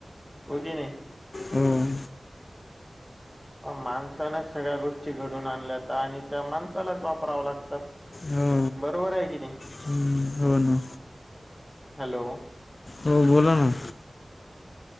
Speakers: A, in the centre; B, on the left (about 55°).
A: हो की नाही
B: हम.
A: माणसानच सगळ्या गोष्टी घडून आणल्यात आणि त्या माणसालाच वापराव लागतात.
B: हो
A: बरोबर आहे किती
B: हम्म, हो ना
A: हॅलो.
B: हो बोला ना.